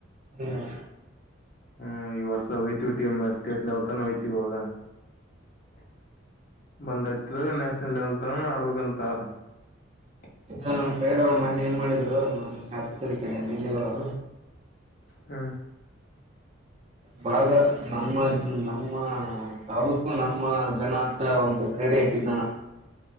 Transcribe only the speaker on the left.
ಹ್ಮ್ ಈ ವರ್ಷ ಹಯ್ತವಿ ಟೀಮ್ ಸ್ಟೇಟ್ ಲೆವೆಲ್ ತಾನ ಹಯ್ತವಿ ಆಗ <unintelligible> ಬಂದ ಇತಿದಾಗ ನ್ಯಾಷನಲ್ ಲೆವೆಲ್ ತನ ಆಡ್ಬೇಕಂತ ಅ <unintelligible>
ಹ್ಮ್